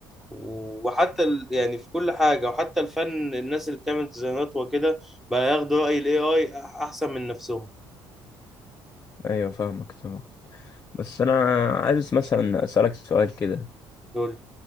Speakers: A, in the centre; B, on the left.
A: وحتى ال... يعني في كل حاجة وحتى الفن الناس اللي بتعمل ديزاينات وكده بقى ياخدوا رأي ال AI أح- أحسن من نفسهم
B: ايوه فاهمك طبعا بس انا عايز مثلا اسالك سؤال كده
A: دول